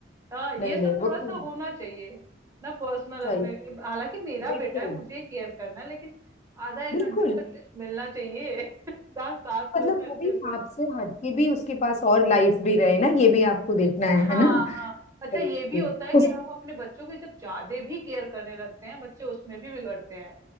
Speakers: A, on the right; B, on the left.
A: हाँ
B: नहीं
A: ये सब
B: नहीं
A: थोड़ा
B: वो तो
A: सा होना चाहिए ना पर्सनल
B: सही
A: अपने लिए हालांकि मेरा
B: बिल्कुल
A: बेटा है मुझे केयर करना है लेकिन आधा एक
B: बिल्कुल
A: घंटा तो एटलीस्ट मिलना चाहिए <laughs> साथ सांस लूँ
B: मतलब
A: मैं
B: वो
A: अच्छे
B: भी
A: से
B: आपसे हटके भी उसके पास और लाइफ भी रहे ना ये भी आपको देखना है
A: हाँ
B: है ना
A: हाँ अच्छा
B: बिल्कुल।
A: ये भी होता है कि
B: उस
A: हम अपने बच्चों की जब ज्यादा भी केयर करने लगते हैं बच्चे उसमें भी बिगड़ते हैं